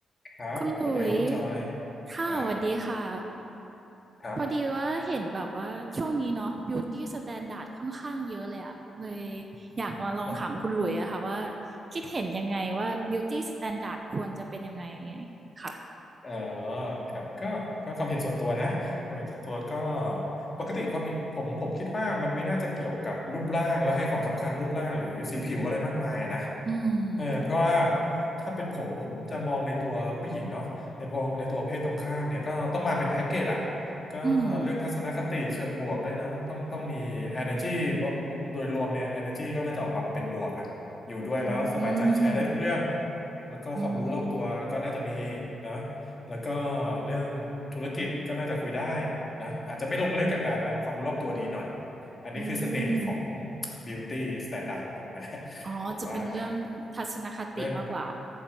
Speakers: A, on the left; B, on the right.
A: ครับสวัสดีครับคุณจอย
B: คุณหลุยส์ค่ะสวัสดีค่ะ
A: ครับ ครับ
B: พอดีว่าเห็นแบบว่าช่วงนี้เนาะ beauty standard ค่อนข้างเยอะเลยอะเลยอยากมาลองถามคุณหลุยส์อะค่ะว่า
A: <laughs> โอ้โห
B: คิดเห็นยังไงว่า beauty standard ควรจะเป็นยังไงค่ะ
A: เออครับก็ก็ความเห็นส่วนตัวนะ ความเห็นส่วนตัวก็ ปกติความเห็นผมผมคิดว่ามันไม่น่าจะเกี่ยวกับรูปร่างแล้วให้ความสำคัญรูปร่างหรือสีผิวอะไรมากมายอะนะ
B: อืม
A: เออเพราะว่าถ้าเป็นผมผมจะมองในตัวผู้หญิงเนาะในพวกในตัวเพศตรงข้ามเนี่ยก็ต้องมาเป็นแพ็กเกจอะก็เรื่องทัศนคติเชิงบวกด้วยนะต้องต้องมี
B: อืม
A: energy เพราะโดยรวมเนี่ย energy ก็น่าจะออกมาเป็นบวกอะอยู่ด้วยแล้วสบายใจแชร์ได้ทุกเรื่อง
B: อืม
A: แล้วก็ความรู้รอบตัวก็น่าจะมี
B: อืม
A: นะแล้วก็เรื่องธุรกิจก็น่าจะคุยได้นะอาจจะไม่ลงลึกอะแต่อาจจะความรู้รอบตัวดีหน่อยอันนี้คือเสน่ห์ของ
B: อืม
A: beauty standard ของผมนะ
B: อ๋อจะเป็นเรื่องทัศนคติมากกว่า
A: <laughs> ผมว่านะเรื่อง